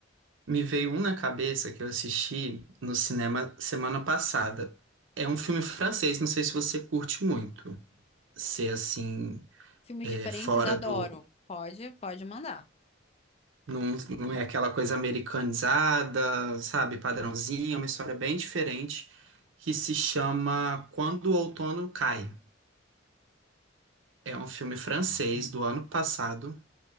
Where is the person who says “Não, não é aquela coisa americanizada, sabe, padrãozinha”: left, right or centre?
Right